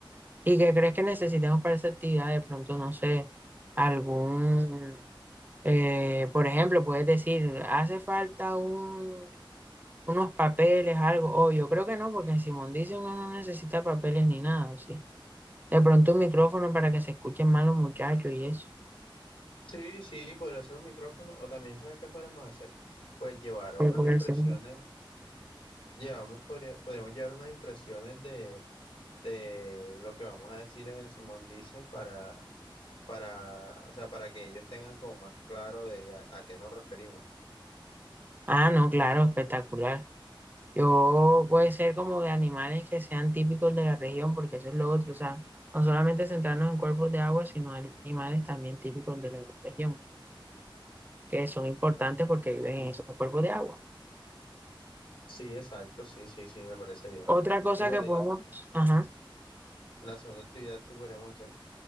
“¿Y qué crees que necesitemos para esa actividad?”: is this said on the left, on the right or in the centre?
Right